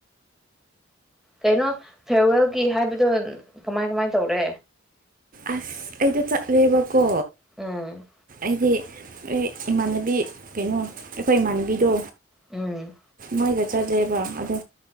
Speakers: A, in the centre; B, on the right.
A: ꯀꯩꯅꯣ ꯐꯦꯌꯔꯋꯦꯜꯒꯤ ꯍꯥꯏꯕꯗꯣ ꯀꯃꯥꯏ ꯀꯃꯥꯏ ꯇꯧꯔꯦ
B: ꯑꯁ ꯑꯩꯗꯤ ꯆꯠꯂꯦꯕꯀꯣ
A: ꯎꯝ
B: ꯑꯩꯗꯤ ꯑꯦ ꯏꯃꯥꯟꯅꯕꯤ ꯀꯩꯅꯣ ꯑꯩꯈꯣꯏ ꯏꯃꯥꯟꯅꯕꯤꯗꯣ
A: ꯎꯝ
B: ꯃꯣꯏꯒ ꯆꯠꯂꯦꯕ ꯑꯗ